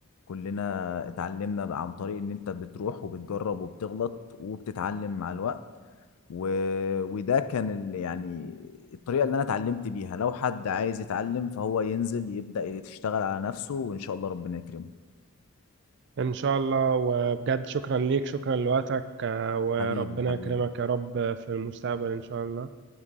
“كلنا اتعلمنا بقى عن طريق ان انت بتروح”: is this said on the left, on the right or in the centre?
Left